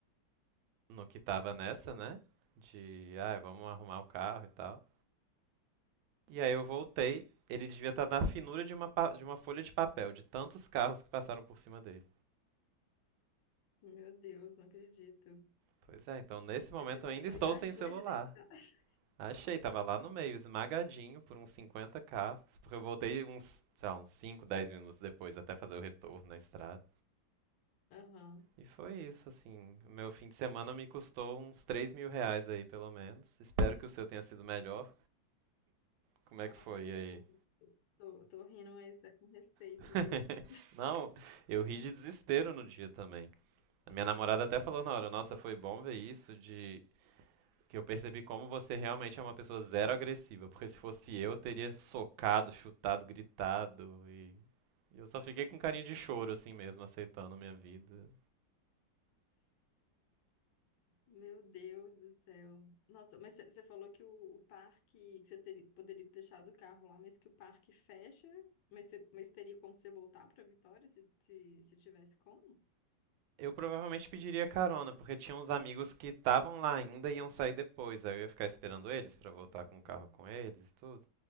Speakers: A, on the right (about 85°); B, on the left (about 75°).
A: No que tava nessa, né? De, ah, vamos arrumar o carro e tal. E aí eu voltei, ele devia estar na finura de uma, pa- de uma folha de papel, de tantos carros que passaram por cima dele.
B: Meu Deus, não acredito.
A: Pois é, então nesse
B: Mas
A: momento
B: você voltou
A: eu ainda estou
B: e achou
A: sem celular.
B: ele nesse. <laughs>
A: Achei, tava lá no meio, esmagadinho por uns 50 carros, porque eu voltei uns, sei lá, uns 5, 10 minutos depois até fazer o retorno na estrada.
B: Aham.
A: E foi isso, assim, o meu fim de semana me custou uns três mil reais aí, pelo menos. Espero que o seu tenha sido melhor. Como é
B: Nossa,
A: que foi
B: desculpa.
A: aí?
B: Tô, tô rindo, mas é com respeito,
A: <laughs>
B: viu?
A: Não, eu ri de desespero no dia também. A minha namorada até falou na hora, nossa, foi bom ver isso de que eu percebi como você realmente é uma pessoa zero agressiva, porque se fosse eu, eu teria socado, chutado, gritado e e eu só fiquei com carinho de choro assim mesmo, aceitando minha vida.
B: Meu Deus do céu. Nossa, mas você falou que o, o parque, que você teria, poderia ter deixado o carro lá, mas que o parque fecha, mas, cê- mas teria como você voltar para Vitória se, se, se tivesse como?
A: Eu provavelmente pediria carona, porque tinha uns amigos que estavam lá ainda e iam sair depois, aí eu ia ficar esperando eles pra
B: Hum,
A: voltar com o carro com eles e tudo.